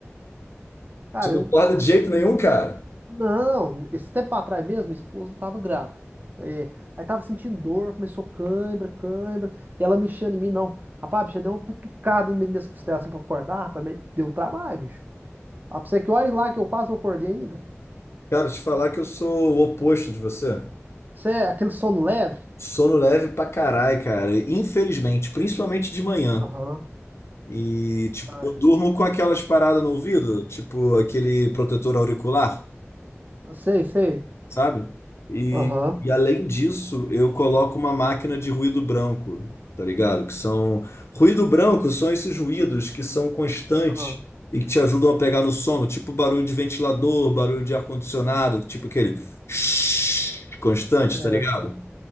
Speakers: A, on the right; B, on the left.
A: Cara,
B: Você não
A: eu
B: acorda de jeito nenhum, cara?
A: Não, esse tempo atrás mesmo, minha esposa tava grávida. É, aí tava sentindo dor, começou cãibra, cãibra, e ela mexendo em mim, não. Rapaz, bicho, eu dei uma cutucada no meio das costelas assim pra acordar, rapaz, mas deu trabalho, bicho. Ah, pra você que olha lá que eu quase não acordei ainda.
B: Cara, te falar que eu sou o oposto de você.
A: Você é aquele sono leve?
B: Sono leve pra caralho, cara. Infelizmente, principalmente de manhã.
A: Aham.
B: E, tipo,
A: Ah,
B: eu durmo com aquelas paradas no ouvido, tipo aquele protetor auricular.
A: Sei, sei.
B: sabe? E,
A: Aham.
B: e além disso, eu coloco uma máquina de ruído branco, tá ligado? Que são. Ruído branco são esses ruídos que são constantes
A: Ah,
B: e que te ajudam a pegar no sono, tipo barulho de ventilador, barulho de ar-condicionado, tipo aquele <laughs> <tsk> constante,
A: certo.
B: tá ligado?